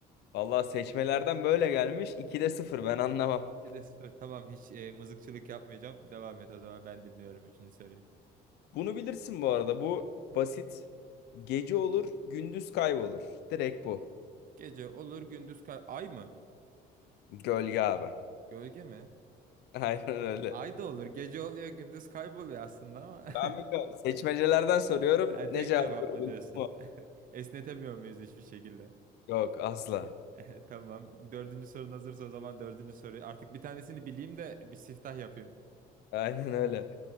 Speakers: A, on the left; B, on the right.
A: Vallahi seçmelerden böyle gelmiş. 2'de sıfır. ben anlamam.
B: de sor. Tamam hiç e, mızıkçılık yapmayacağım. Devam et o zaman ben dinliyorum üçüncü soruyu.
A: Bunu bilirsin bu arada. Bu basit. Gece olur, gündüz kaybolur. Direkt bu.
B: Gece olur gündüz kay... Ay mı?
A: Gölge abi. <laughs>
B: Gölge mi?
A: Aynen öyle.
B: Ay da olur. Gece oluyor gündüz kayboluyor aslında ama. <laughs>
A: Ben biliyorum. Seçmecelerden soruyorum.
B: E,
A: Ne
B: Tek
A: cevap
B: cevap
A: veriyorsun?
B: mı diyorsun?
A: o.
B: <laughs> Esnetemiyor muyuz hiçbir şekilde?
A: Yok asla.
B: <laughs> Tamam. Dördüncü sorun hazırsa o zaman dördüncü soruyu. Artık bir tanesini bileyim de bir siftah yapayım.
A: Aynen öyle.